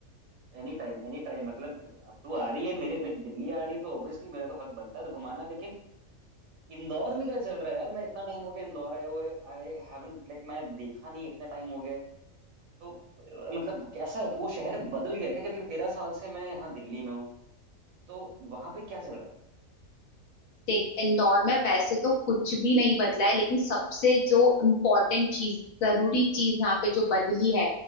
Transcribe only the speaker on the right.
एनी टाइम एनी टाइम मतलब अब तू आ रही है मेरे लाइक दिल्ली आ रही है तो ऑब्वियसली मेरा तो हक बनता है तो घुमाना लेकिन इंदौर में क्या चल रहा है यार मैं इतना टाइम हो गया इंदौर आए हुए आई हैवंट लाइक मैं देखा नहीं इतने टाइम हो गए तो अ, मतलब कैसा है कि वो शहर बदल गया है क्या क्योंकि तेरह साल से मैं यहाँ दिल्ली में हूँ तो वहां पे क्या चल रहा है